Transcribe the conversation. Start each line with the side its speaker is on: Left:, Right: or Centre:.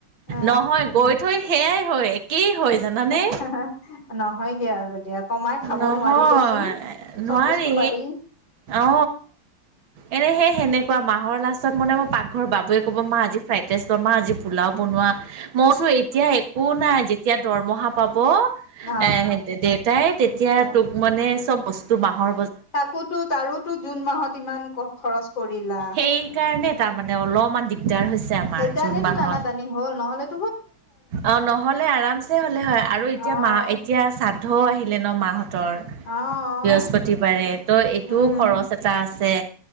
Left: অ
Right: নহয় গৈ থৈ সেয়াই হয়। একেই হয় জানানে
Left: <unintelligible> নহয়গে আৰু দিয়া। কমাই খাব
Right: নহয়,
Left: নোৱাৰি দিয়াচোন
Right: নোৱাৰি,
Left: চব বস্তু পাৰি
Right: অ, এনেহে এ সেনেকুৱা মাহৰ লাষ্টত মানে মই পাকঘৰ বাবুয়ে ক'ব মা আজি ফ্ৰাইড ৰাইচ ব'না মা আজি পোলাও বনোৱা। মই ছো এতিয়া একো নাই যেতিয়া দৰমহা পাব,
Left: অ
Right: এ হে দে তেতিয়া
Left: তাকে,
Right: তোক মানে চব বস্তু বাঁহৰ
Left: তাকোতো তাৰোতো জুন মাহত ইমান খৰচ। কৰিলা,
Right: সেইকাৰণে তাৰমানে অলপমান দিগদাৰ হৈছে আমাৰ
Left: সেইকাৰণেটো
Right: জুন মাহত
Left: টানা টানি হ'ল নহ'লে
Right: অ', নহ'লে আৰামছে হ'লে হয় আৰু এতিয়া
Left: অ
Right: মা এতিয়া চাদ সাদ্ধআহিলে ন' মাহঁতৰ,
Left: অ',
Right: বৃহস্পতিবাৰে, ত' এইটোও
Left: উম,
Right: খৰচ এটা আছ ছে